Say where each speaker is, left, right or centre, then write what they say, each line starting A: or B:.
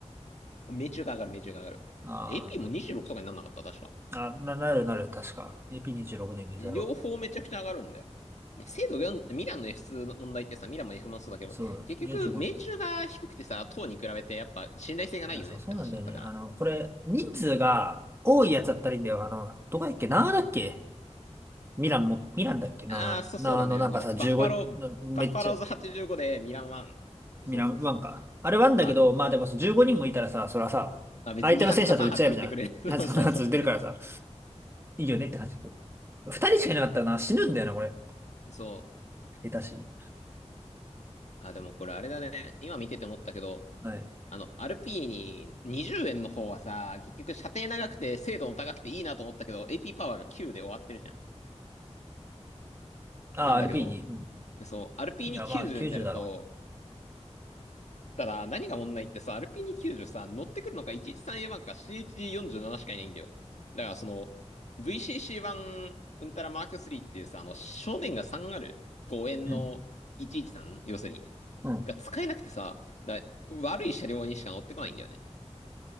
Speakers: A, on the left; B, on the right.
A: 命中が上がる、命中が上がる。
B: あーあ
A: AP も26とかになんなかった、確か。
B: あ、な、なるなる、確か。AP26 年ビザロ。
A: 両方めちゃくちゃ上がるんだよ。精度4、ミランの F2 の問題ってさ、ミランも F1 もそうだけど、
B: そう、
A: 結局、
B: 45っていう。
A: 命中が低くてさ、塔に比べてやっぱ信頼性がないよねって話だったから。
B: あ、そう、そうなんだよね。あの、これ、人数が多いやつだったらいいんだよ。あの、どこだっけなだっけミランも、ミランだっけななあの、
A: ああ、そう、そうだね。あの、
B: なんかさ、
A: バッファロー、
B: 15、めっちゃ、
A: バッファローズ85でミラン1。
B: ミランワンか。
A: そうそうそう。
B: あれワンだけど、
A: 1。
B: まあでも15人もいたらさ、そらさ、
A: まあ別に2発か3発撃ってくれる。
B: 相手の戦車と撃っち合えるじゃん。やつこのやつ出るからさ、
A: <laughs> そうそうそう。
B: いいよねって感じ。二人しかいなかったらな、死ぬんだよな、これ。
A: そう。
B: 下手しに。
A: あ、でもこれあれだね。今見てて思ったけど、
B: はい。
A: あの、アールピーに20円の方はさ、結局射程長くて精度も高くていいなと思ったけど、AP パワーが9で終わってるじゃん。
B: あ、
A: なんだけど、
B: r p ニうん。
A: そう、RP290
B: いや、まあ、90だろ
A: になると、ただ何が問題ってさ、RP290 さ、乗ってくるのが 113A1 か CH47 しかいないんだよ。だからその、VCC1 うんたらマーク3っていうさ、あの、正面が3ある5円の
B: う。うん。
A: 113? 要するに。
B: うん。
A: が使えなくてさ、だから悪い車両にしか乗ってこないんだよね。